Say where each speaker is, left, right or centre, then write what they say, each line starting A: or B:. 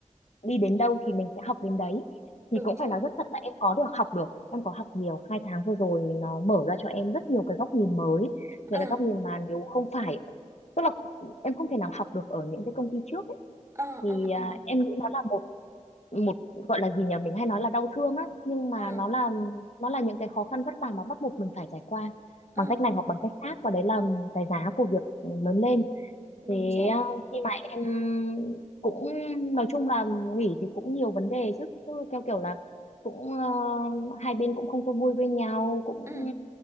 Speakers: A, on the left (about 55°); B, on the right (about 20°).
A: đi đến đâu thì mình sẽ học đến đấy thì
B: đúng
A: cũng
B: rồi
A: phải nói rất thật là em có được học được em có học nhiều hai tháng vừa rồi nó mở ra cho em rất nhiều cái góc nhìn mới những
B: ờ
A: cái góc nhìn mà nếu không phải tức là em không thể nào học được ở những cái công ty trước ấy.
B: ờ
A: thì
B: ờ
A: à,
B: ờ
A: em nghĩ nó là một một gọi là gì nhỉ mình hay nói là đau thương á nhưng mà
B: ờ
A: nó là nó là những cái khó khăn vất vả mà bắt buộc mình phải trải qua
B: ờ
A: bằng cách này hoặc bằng cách khác và đấy là cái giá của việc lớn lên
B: đúng
A: Thế
B: rồi
A: uh, khi mà em cũng nói chung là nghỉ thì cũng nhiều vấn đề chứ Cứ theo kiểu là cũng uh, hai bên cũng không có vui với nhau cũng
B: ừ